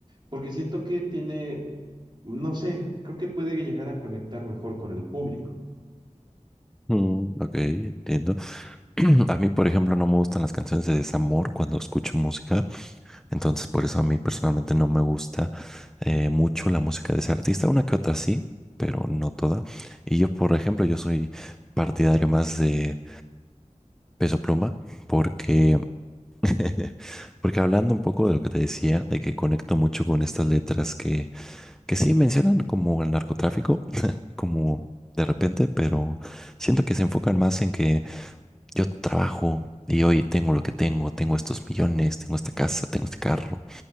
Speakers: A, on the right (about 40°); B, in the centre.
A: porque siento que tiene, no sé, creo que puede llegar a conectar mejor con el público.
B: Mm, ok, entiendo. <clears throat> A mí, por ejemplo, no me gustan las canciones de desamor cuando escucho música, entonces por eso a mí personalmente no me gusta eh, mucho la música de ese artista, una que otra sí, pero no toda. Y yo, por ejemplo, yo soy partidario más de Peso Pluma porque, <laughs> porque hablando un poco de lo que te decía, de que conecto mucho con estas letras que, que sí mencionan como el narcotráfico, <laughs> como de repente, pero siento que se enfocan más en que yo trabajo y hoy tengo lo que tengo, tengo estos millones, tengo esta casa, tengo este carro,